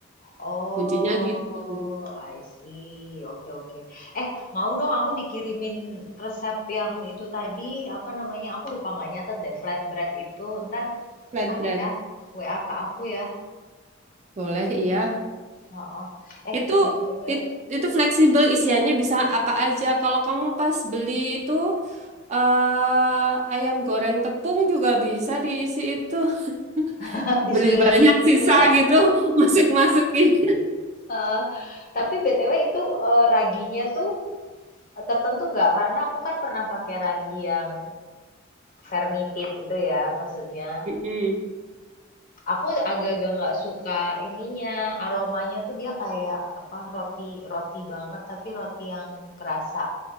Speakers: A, on the left (about 45°); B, on the right (about 35°).
A: Oh,
B: Kuncinya gitu.
A: I see. Oke, oke. Eh, mau dong aku dikirimin resep yang itu tadi, apa namanya? Aku lupa nggak nyatet deh, flatbread itu. Ntar,
B: Flatbread.
A: anu ya, WA ke aku ya.
B: Boleh, iya.
A: Oh. Eh,
B: Itu
A: BTW,
B: it- itu fleksibel isiannya bisa apa aja. Kalau kamu pas beli itu eh ayam goreng tepung juga bisa diisi itu. <laughs>
A: <laughs> disuir-suir
B: Beli banyak sisa
A: gitu ya.
B: gitu, <laughs> masuk-masukin.
A: Heeh. Tapi BTW itu eh, raginya tuh tertentu nggak? Karena aku kan pernah pakai ragi yang fermented itu ya, maksudnya.
B: Mm-mm.
A: Aku agak-agak nggak suka ininya, aromanya tuh dia kayak apa roti roti banget tapi roti yang kerasa.